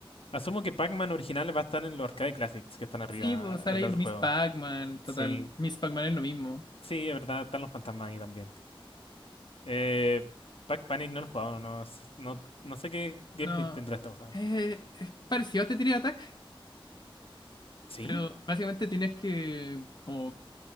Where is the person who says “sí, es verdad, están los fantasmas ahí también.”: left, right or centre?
Left